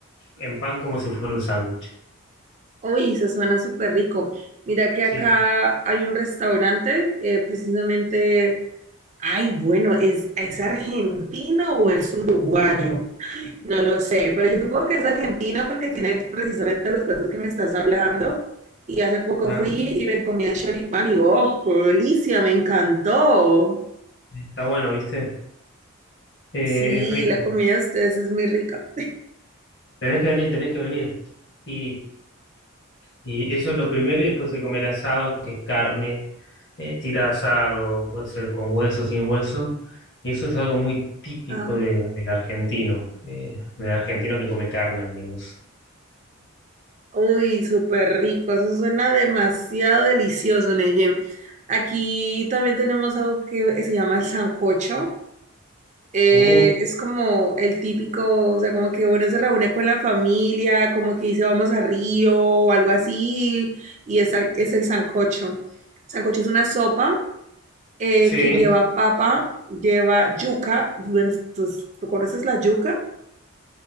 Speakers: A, on the left; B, on the right.
A: en pan como si fuera un sándwich.
B: Uy, eso suena súper rico. Mira que
A: Sí,
B: acá hay un restaurante, eh, precisamente, ay, bueno, ¿es, es argentino o es uruguayo? No lo sé, pero yo supongo que es argentino porque tiene precisamente los platos que me estás hablando. Y hace poco
A: Ah,
B: fui y me comí el choripán y, oh, qué delicia, me encantó.
A: está bueno, ¿viste? Eh,
B: Sí,
A: es rico.
B: la comida de ustedes es muy rica.
A: Tenés que venir, tenés que venir. Y, y eso es lo primero, y después se come el asado, que es carne eh, tira asado, puede ser con hueso, sin hueso, y eso es algo muy típico
B: Ah,
A: de- del argentino, eh, del argentino que come carne al menos.
B: uy, súper rico, eso suena demasiado delicioso, Neyen. Aquí también tenemos algo que se llama el sancocho. Eh,
A: Uh,
B: es como el típico, o sea, como que uno se reúne con la familia, como que dice vamos a Río o algo así, y es, al- es el sancocho. Sancocho es una sopa eh,
A: sí,
B: que lleva papa, lleva yuca. Bueno, ¿Tú, tú conoces la yuca?